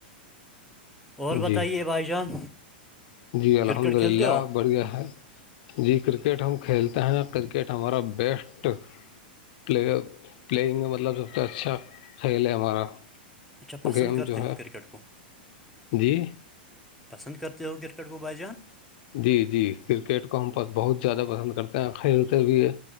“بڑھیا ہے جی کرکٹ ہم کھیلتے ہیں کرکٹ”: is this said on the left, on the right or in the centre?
Left